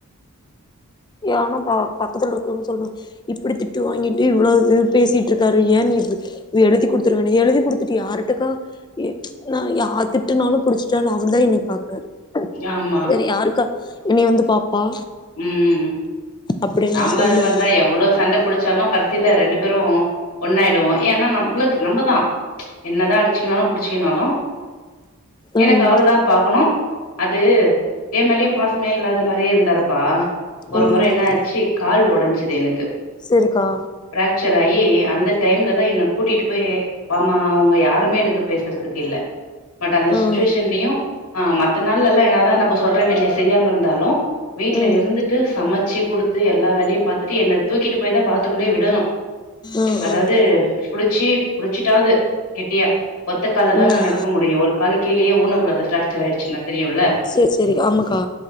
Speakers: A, on the left; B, on the left.
A: ஏனா ப பக்கத்துல இருக்குன்னு சொல்லு இப்டி திட்டு வாங்கிட்டு இவ்ளோவு பேசிட்டு இருக்காரு ஏன் நி இப் எழுதி குடுத்துருவேன் எழுதி குடுத்துட்டு யாருட்டக்கா நான் யா திட்டனாலும் புடிச்சட்டாலும் அவருதான் என்னய பாக்குறாரு
B: ஆமா
A: வேற யாருக்கா என்ன வந்து பாப்பா
B: ம்
A: அப்டின்னு
B: நாங்களு
A: நா சொல்லுவே
B: அது மாரிதான் எவ்ளோ சண்ட புடிச்சாலும் கட சில ரெண்டு பேரும் ஒண்ணாயிடுவோம் ஏன்னா நம்மளுக்கு நம்மதான் என்னதான் அடிச்சுக்கனாலும் புடிச்சுங்கனாலும் எனக்கு
A: ம்
B: அவரு தான் பாக்கணும் அது ஏமேலயும் பாசமே இல்லாத மாரியே இருந்தாரு ப்பா ஒரு
A: ம்
B: முறை என்னாச்சு கால் உடஞ்சுது எனக்கு
A: செரிக்கா
B: ப்ராக்சர் ஆயி அந்த டைம்ல தான் என்ன கூட்டிட்டு போய் அமா அவுங்க யாருமே எனக்கு பேசுரதுக்கு இல்ல பட் அந்த
A: ம்
B: சுச்சுவேஷன்லயும் ஆ மத்த நாள்லல்லாம் என்னாதான் நம்ம சொல்ற வேலய செய்யாம இருந்தாலும் வீட்ல
A: ம்
B: இருந்துட்டு சமச்சு குடுத்து எல்லா வேலயும் பாத்துட்டு என்ன தூக்கிட்டு போயி தான் பாத்ரூம்லயே விடனு
A: ம்
B: அதாவது
A: ம்
B: புடிச்சி புடிச்சிட்டாவது கெட்டியா ஒத்த கால்ல தான்
A: ம்
B: நா நடக்க முடியும் ஒரு கால கீலயே ஊனக்கூடாது பிராக்சர் ஆயிடுச்சுன்னா தெரியும்ல
A: சேரி சேரி ஆமாக்கா